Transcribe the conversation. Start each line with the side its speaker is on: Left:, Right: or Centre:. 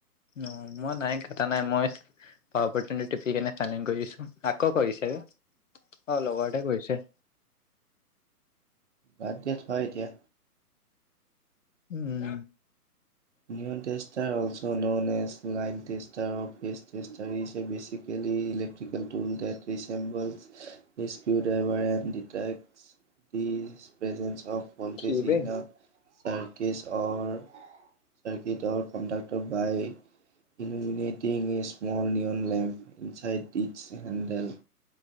Left: অ মই নাই কটা নাই মই, পাৱাৰ পতনি টিপি কেনে চাইলেন কৰি দিছো আকৌ কৰিছে। অ লগৰতে কৰিছে।
Right: বাদ দিয়া থোৱা এতিয়া।
Left: উম।
Right: New tester also known as line tester office. চেষ্টা দিছে, basically electrical tool that resemble screw driver and detects the presence of বলটে
Left: কি
Right: চিনা
Left: বে
Right: circuits or circuit or conductor by illuminating is small neon lamp, inside its handle